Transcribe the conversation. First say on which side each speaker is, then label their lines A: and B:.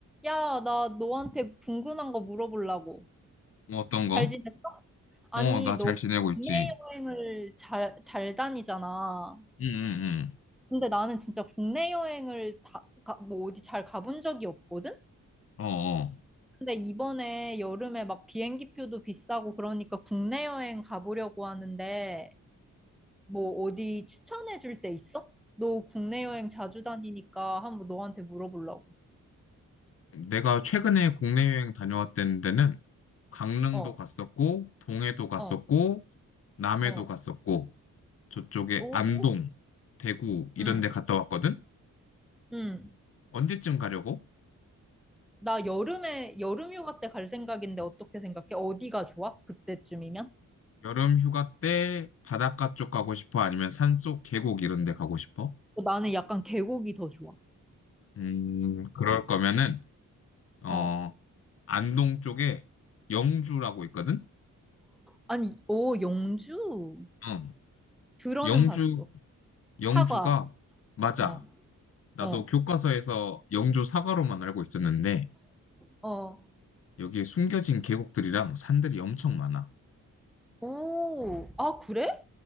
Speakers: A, in the centre; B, on the left.
A: 야, 나 너한테 궁금한 거 물어보려고.
B: 뭐 어떤
A: 잘
B: 거?
A: 지냈어? 아니,
B: 어, 나
A: 너
B: 잘 지내고
A: 국내
B: 있지.
A: 여행을 잘, 잘 다니잖아.
B: 응, 응,
A: 근데 나는 진짜 국내 여행을 다, 가, 뭐 어디 잘 가본 적이 없거든?
B: 응. 어, 어.
A: 근데 이번에 여름에 막 비행기표도 비싸고 그러니까 국내 여행 가보려고 하는데 뭐 어디 추천해 줄 데 있어? 너 국내 여행 자주 다니니까 한번 너한테 물어보려고.
B: 내가 최근에 국내 여행 다녀왔던 데는 강릉도
A: 어,
B: 갔었고, 동해도 갔었고,
A: 어,
B: 남해도
A: 어.
B: 갔었고, 저쪽에
A: 오,
B: 안동, 대구 이런
A: 응,
B: 데 갔다 왔거든?
A: 응.
B: 언제쯤 가려고?
A: 나 여름에 여름 휴가 때 갈 생각인데 어떻게 생각해? 어디가 좋아? 그때쯤이면?
B: 여름 휴가 때 바닷가 쪽 가고 싶어? 아니면 산속 계곡 이런 데 가고 싶어?
A: 어, 나는 약간 계곡이 더 좋아.
B: 음, 그럴 거면은, 어,
A: 어.
B: 안동 쪽에 영주라고 있거든?
A: 아니, 오, 영주?
B: 어,
A: 들어는
B: 영주
A: 봤어.
B: 영주가
A: 사과.
B: 맞아.
A: 어.
B: 나도
A: 어.
B: 교과서에서 영주 사과로만 알고 있었는데
A: 어.
B: 여기에 숨겨진 계곡들이랑 산들이 엄청 많아.
A: 오. 아, 그래?